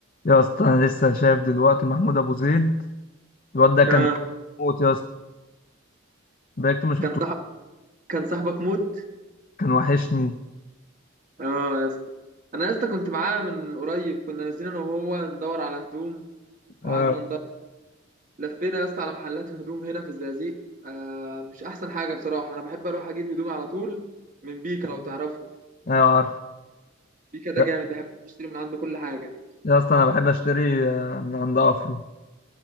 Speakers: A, on the left; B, on the right.
A: يا اسطى انا لسه شايف دلوقتي محمود ابو زيد الواد ده كان
B: اه
A: موت يا اسطى بقيت ما شفته
B: كان صاحب كان صاحبك موت
A: كان وحشني
B: اه يا اسطى انا يا اسطى كنت معاه من قريب كنا نازلين انا وهو ندور على هدوم وقعدنا
A: اه
B: ندور لفينا يا اسطى على محلات هدوم هنا في الزقازيق آه مش احسن حاجه بصراحه انا بحب اروح اجيب هدومي على طول من بيكا لو تعرفه
A: ايوه عارف
B: بيكا ده
A: يا
B: جامد بحب اشتري من عنده كل حاجه
A: يا اسطى انا بحب اشتري آه، من عند افرو